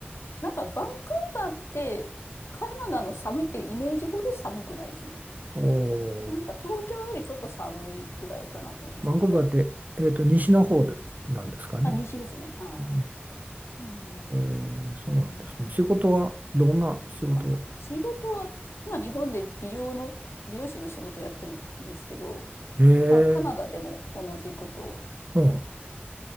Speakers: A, on the left (about 85°); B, on the right (about 40°).
A: なんか、バンクーバーって、カナダの寒いっていうイメージほど寒くないですね。
B: おお
A: なんか、東京よりちょっと寒いぐらいかなっていうのね冬が。
B: バンクーバーって、えーと、西の方で、なんですかね。
A: あ、西ですね。は
B: お
A: い。うん。
B: ーえーそうなんですね。仕事はどんな仕事
A: あ、仕事は、まあ、日本で美容の、美容師の仕事をやってるんですけど、
B: えー、
A: まあ、カナダでも同じことを
B: うん。